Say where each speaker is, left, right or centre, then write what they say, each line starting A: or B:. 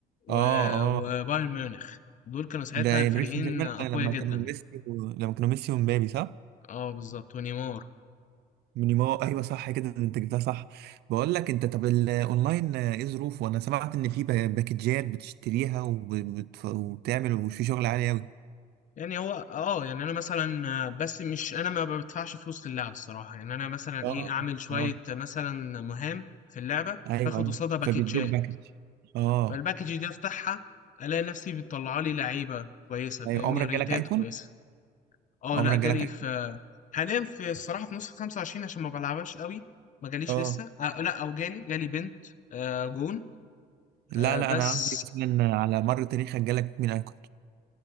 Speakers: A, on the right (about 75°); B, on the left (about 50°).
A: اه
B: و-
A: اه
B: وبايرن ميونخ دول كانوا ساعتها
A: ده
B: الفريقين
A: باريس سان جيرمان
B: أقوياء
A: لما
B: جدا
A: كانوا ميسي و... لما كانوا ميسي ومبابي صح
B: اه بالظبط ونيمار
A: مينيمو ايوه صح كده انت جبتها صح بقول لك انت طب الاونلاين آه، ايه ظروفه انا سمعت ان في با- باكجات بتشتريها وبت- وبتعمل وفي شغل عالي قوي
B: يعني هو اه يعني انا مثلا آه، بس مش انا ما بدفعش فلوس في اللعبة الصراحة يعني انا مثلا
A: اه
B: ايه اعمل شوية
A: اه
B: مثلا مهام في اللعبة
A: ايوه
B: باخد
A: ايوه
B: قصادها باكيتشات
A: فبيدوك باكج اه
B: فالباكج دي افتحها الاقي نفسي بتطلع لي لعيبه كويسه فاهمني
A: ايوه عمرك
B: ريتات
A: جالك ايكون
B: كويسه اه
A: عمرك
B: لا جالي
A: جالك ايكون
B: في حاليا في الصراحه في نص 25 عشان ما بلعبهاش قوي ما جاليش
A: اه
B: لسه آه لا او جالي جالي بنت آه جون
A: لا
B: آه
A: لا
B: بس
A: انا قصدي مثلا على مر تاريخك جالك مين ايكون